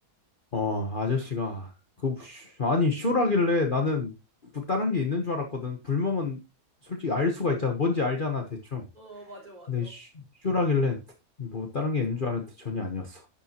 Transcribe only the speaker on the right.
어, 맞아, 맞아.